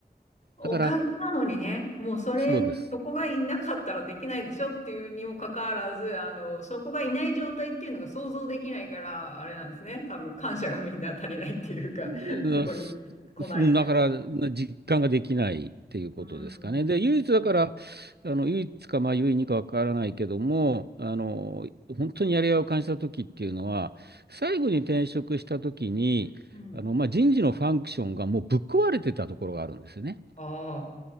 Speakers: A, on the left; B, on the right.
A: おかげなのにね、
B: だから、
A: もうそれ、
B: そうです。
A: そこがいなかったらできないでしょっていうにもかかわらず、あの、そこがいない状態っていうのが想像できないから、あれなんですね。多分感謝がみんな足りないっていうか、
B: うんうんだから、
A: <laughs> そこに来ないっていうか。
B: 実感ができないっていうことですかね。
A: うーん。
B: で、唯一だから、あの、唯一か、まあ、唯二かわからないけども、あの、本当にやりがいを感じた時っていうのは、最後に転職した時に、
A: うん。
B: あの、まあ、人事のファンクションがもうぶっ壊れてたところがあるんですよね。
A: あ